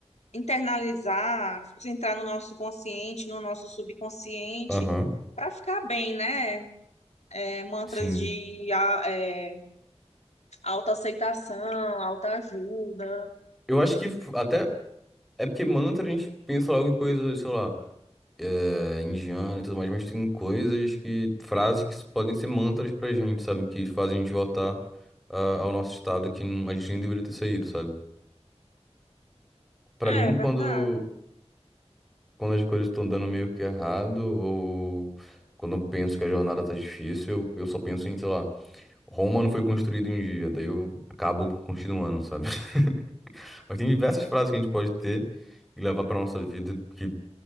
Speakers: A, on the left (about 75°); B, in the centre.
A: internalizar, entrar no nosso consciente, no nosso subconsciente,
B: aham,
A: para ficar bem, né? É, mantras
B: sim.
A: de a- é, autoaceitação, autoajuda.
B: Eu acho que f- até É porque mantra a gente pensa logo em coisas, sei lá, é, indiana e tudo mais, mas tem coisas que, frases que podem ser mantras pra gente, sabe? Que fazem a gente voltar ah, ao nosso estado que a gente nem deveria ter saído, sabe? Pra mim,
A: É verdade.
B: quando, quando as coisas estão dando meio que errado, ou quando eu penso que a jornada tá difícil, eu, eu só penso em, sei lá, Roma não foi construída em um dia, daí eu acabo continuando, sabe? <laughs> Mas tem diversas frases que a gente pode ter e levar pra nossa vida que